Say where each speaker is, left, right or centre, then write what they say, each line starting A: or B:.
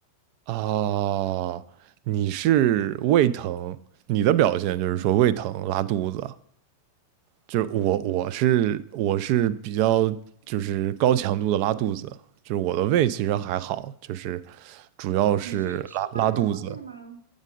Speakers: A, on the right (about 45°); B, on the right (about 80°).
A: 啊，你是胃疼，你的表现就是说胃疼、
B: 嗯，
A: 拉肚子，就是我我是我是比较就是高强度的拉肚子，就是我的胃其实还好，就是主要是拉拉肚子，
B: 你是吃坏东西了吗？